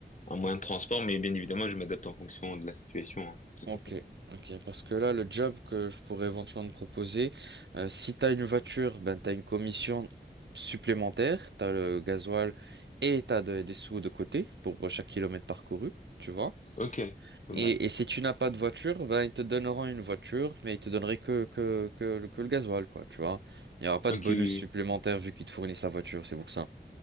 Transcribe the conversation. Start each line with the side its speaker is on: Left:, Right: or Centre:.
Left: un moyen de transport, mais bien évidemment, je m'adapte en fonction de la situation. hein. Tout
Right: Ok.
Left: à fait.
Right: Ok. Parce que là, le job que je pourrais éventuellement te proposer, euh, si tu as une voiture, ben, tu as une commission supplémentaire, tu as le gasoil et tu as des sous de côté pour chaque kilomètre parcouru, tu vois.
Left: Ok. Pas
Right: Et,
Left: mal.
Right: et si tu n'as pas de voiture, ben ils te donneront une voiture, mais ils te donneraient que, que, que, que le gasoil, quoi, tu vois. Il n'y aura pas
Left: Ok.
Right: de bonus
Left: oui.
Right: supplémentaire vu qu'ils te fournissent la voiture, c'est pour ça.